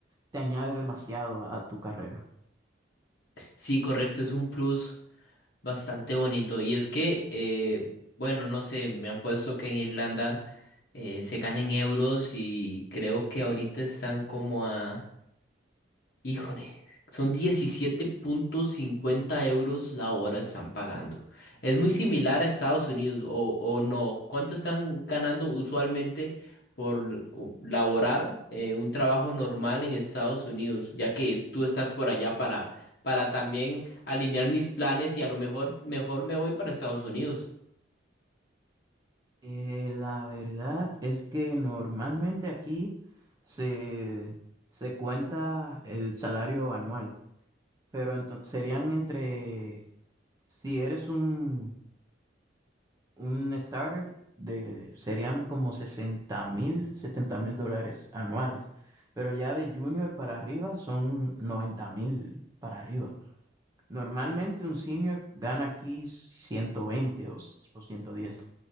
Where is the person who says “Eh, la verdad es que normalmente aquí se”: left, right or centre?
Right